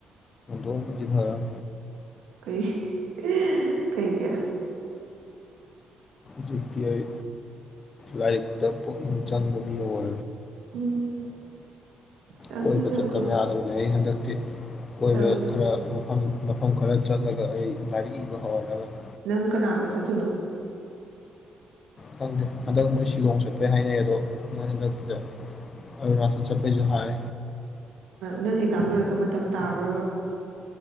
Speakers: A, on the left; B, on the right.
A: ꯑꯣ ꯃꯦ
B: ꯀꯩ ꯀꯩ ꯀꯌꯥ
A: ꯖꯤꯛꯇ ꯑꯩ ꯂꯔꯤꯛꯇ ꯄ ꯆꯥꯟꯗꯅꯤ ꯋꯥ
B: ꯎꯝ ꯆꯪꯉꯤꯗꯀꯣ
A: ꯀꯣꯏꯕ ꯆꯠꯇꯕ ꯌꯥꯗꯕꯅꯤ ꯑꯩ ꯍꯟꯗꯛꯇꯤ ꯀꯣꯏꯕ
B: ꯆꯠꯂꯨ ꯆꯠꯂꯨ
A: ꯈꯔ ꯃꯐꯝ ꯃꯐꯝ ꯈꯔ ꯆꯠꯂꯒ ꯑꯩ ꯂꯥꯏꯔꯤꯛ ꯏꯕ ꯍꯧꯋꯥꯠꯕꯅꯤ
B: ꯅꯪ ꯀꯅꯥꯒ ꯆꯠꯇꯨꯅꯣ
A: ꯈꯪꯗꯦ ꯍꯟꯗꯛ ꯃꯣꯏ ꯁꯤꯂꯣꯡ ꯆꯠꯄꯩ ꯍꯥꯏꯅꯩ ꯑꯗꯣ ꯃꯣꯏ ꯍꯟꯗꯛꯇꯗ ꯑꯔꯨꯅꯥꯆꯜ ꯆꯠꯄꯩꯁꯨ ꯍꯥꯏ
B: ꯅꯪ ꯑꯦꯛꯖꯥꯝ ꯂꯣꯏꯔꯒ ꯃꯇꯝ ꯇꯥꯕ꯭ꯔꯕ